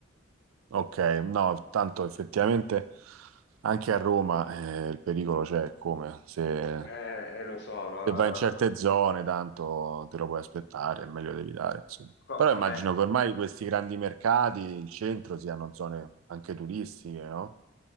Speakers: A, on the right (about 80°); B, on the left (about 60°).
A: Ok, no, tanto effettivamente anche a Roma eh, il pericolo c'è, come se,
B: Eh, eh, lo so, lo-
A: se vai in certe zone tanto te lo puoi aspettare, è meglio di evitare, insomma.
B: Co-
A: Però
B: come
A: immagino che ormai questi grandi mercati, il centro, siano zone anche turistiche, no?